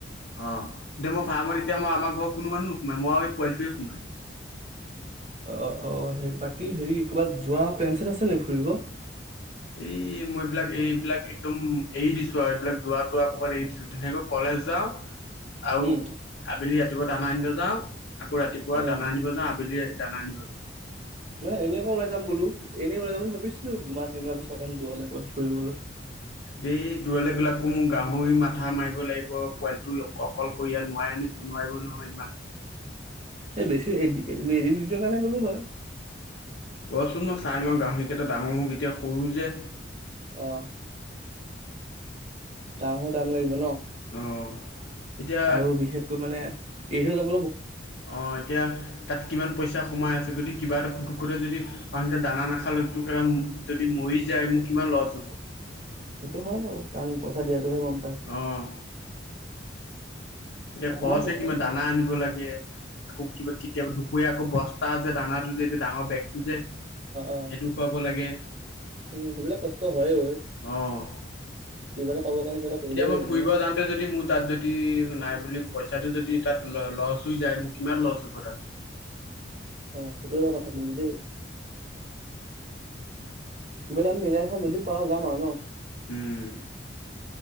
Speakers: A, on the left; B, on the right.
A: অ এতিয়া মই ফাৰ্মত এতিয়াই আমাৰ ঘৰ কোনো মানুহ নোসোমাই মই আৰু পোৱালিটোৱে সোমাই।
B: অ অ বাকী হেৰি ক'ৰবাত যোৱা পেন চেট আছে নেকি ফুৰিব।
A: এই মই। একদম এইদিছো। এইবিলাক যোৱাতো আকমান এৰি দিছো ধনেকৈ কলেজ যাওঁ। আৰু
B: উম
A: আবেলি ৰাতিপুৱা দানা আনিলে যাওঁ। আকৌ ৰাতিপুৱা
B: অ
A: দানা আনিব যাওঁ আবেলি দানা আনিব যাওঁ
B: ম এনে একোও নাযাম বোলো। এনেই ওল যাম বুলি ভাবিো দুমাহ এনেই ভাবিো অকণ দৌল ক'বাত ফুৰিবলৈ।
A: দেই তোৱাল বিলাকো মোৰ গাহৰি মাথা মাৰি। লাগিব।
B: <unintelligible>
A: পোৱালিটো অকলশৰীয়া নোৱাৰে নোৱাৰিব নহয় ইমান
B: এই বেছি এ এদিন দুনৰ কাৰণে গ'লো হয়।
A: বৰচোন মই চাই লওঁ গাহৰিকেইটা ডাঙৰ হোকেইতিয়া। পৰু যে।
B: অ ডঙো দাম লাগিব ন।
A: অঁ এতিয়া
B: আৰু বিশেষকৈ মানে। এইটো যাব।
A: অ এতিয়া তাত কিমান পইচা সোমাই আছে যদি। কিবা এটা পুটুকুৰে যদি দানা নাখাল যদি মৰি যায় মোৰ কিমান লছ হ'ব।
B: সেইটো হয় বাৰু কাৰণ পইচা দিয়াটোহে গম পায়।
A: অঁ এতিয়া
B: অকমান
A: খৰচে
B: কষ্ট
A: কিবা
B: অ
A: দানা আনিব লাগে আকৌ কিবা কেতিয়াবা দুপৰীয়া আকৌ বস্তা যে দানাটো যে এতিয়া ডাঙৰ। বেগটো যে। সেইটো
B: অ
A: কোৱাব লাগে
B: উম সেইবিলাক কষ্ট হয় ঐ
A: অঁ
B: কিবা এটা পাবৰ কাৰণে কিবা এটা কৰিবই
A: এতিয়া মই
B: লাগিব
A: ফুৰিব
B: ন
A: যাওঁতে যদি মোৰ তাত যদি নাই বুলি পইচাটো যদি তাত লচ হৈ যায় মোক কিমান লছ হব্ তাত
B: অ সেইটো এটা কথা কিন্তু দেই কিবা এটা মিলাই থা যদিও পাৰ যাম আৰু ন। <unintelligible>
A: উম